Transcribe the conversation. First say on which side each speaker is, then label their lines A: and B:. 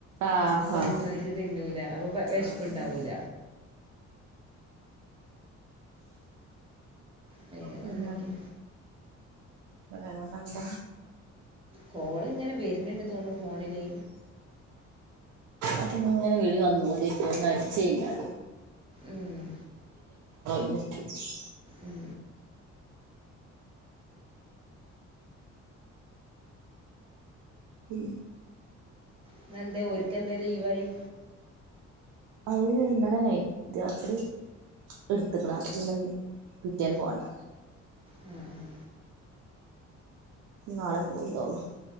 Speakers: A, on the right; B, on the right.
A: ആഹ്
B: അപ്പൊ പതിനൊന്നു
A: ആഹ് ആഹ്
B: മണിക്ക് തിന്നൂല അപ്പൊ വിഷപ്പ്
A: ആഹ്
B: ഇണ്ടാവൂല. വേറെന്തൊക്കെ.
A: പിന്നെ അങ്ങെ തണ്ട
B: കോള് ഇങ്ങനെ വരുന്ണ്ട് തോന്നുണു ഫോണില്.
A: അപ്പൊ ഇങ്ങനെ വിളി വന്നോണ്ട് ഇരിക്കും ഒന്നടിച്ച് കഴിഞ്ഞാൽ.
B: ഉം
A: <unintelligible>
B: ഉം
A: ഉം
B: ഇന്നെന്തെ ഓര്ക്കെന്തെ ലീവായി
A: അത് ഇന്നലെ നൈറ്റ് രാത്രി ഇട്ത്ത്ക്ക്ണ്. അപ്പ പിന്നെന്ന് പിറ്റേന്ന് പോണ്ട
B: ഉം ഉം
A: നാളെ പോവ് ണ്ടോള്ളു